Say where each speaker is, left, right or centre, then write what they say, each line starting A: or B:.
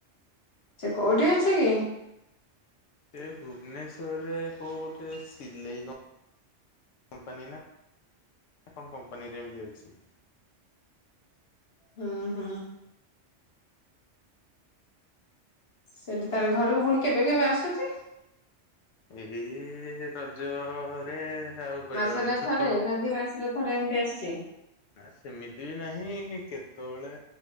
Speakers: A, on the left; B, on the left.
A: ସେ କୋଉଠି ଅଛି କି?
B: ସେ ଭୁବନେଶ୍ୱରରେ କୋଉଠେ ସିଲେଇ କମ୍ପାନୀ ନା କଣ କମ୍ପାନୀରେ ଏମିତି ଅଛି।
A: ହୁଁ, ହୁଁ। ସେଇଠି ତାହେଲେ ଘରକୁ ପୁଣି କେବେ କେବେ ଆସୁଛି?
B: ଏହି ରଜରେ ଆଉ ବେଳେ
A: ମାସରେ
B: ବେଳେ ଛୁଟି
A: ଥରେ ନା ଦି ମାସରେ ଥରେ ଏମତି ଆସୁଛି?
B: ନା ସେମିତି ବି ନାହିଁ କେତେବେଳେ